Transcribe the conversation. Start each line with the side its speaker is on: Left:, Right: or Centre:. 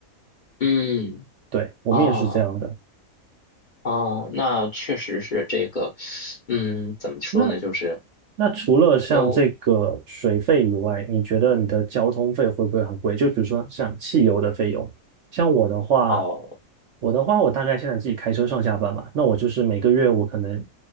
Left: 嗯，
Right: 对，我们也是这样的。
Left: 哦哦，那确实是这个，嗯，怎么说呢，
Right: 那
Left: 就是
Right: 那除了像这个水费以外，
Left: 都
Right: 你觉得你的交通费会不会很贵？就比如说像汽油的费用，像我的话，
Left: 哦，
Right: 我的话，我大概现在自己开车上下班嘛，那我就是每个月我可能